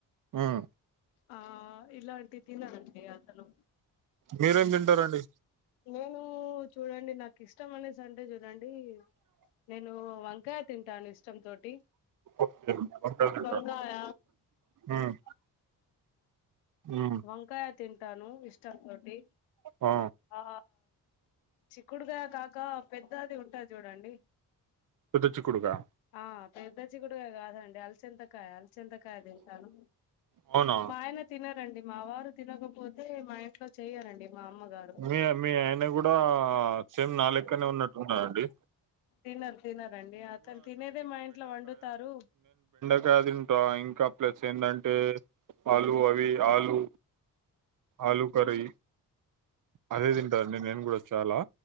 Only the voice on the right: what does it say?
ఉమ్
మీరేం తింటారండి
ఓకే వంకాయ తింటాను
ఉమ్ ఉమ్
ఆ
పెద్ద చిక్కుడుకాయ
అవునా
మీ మీ ఆయన కూడా సేమ్ నా లెక్కనే ఉన్నట్టున్నండి
అవి తింట ఇంకా ప్లస్ ఏంటంటే ఆలు అవి ఆలు ఆలూ కర్రీ అదే తిం కానీ నేను కూడా చాలా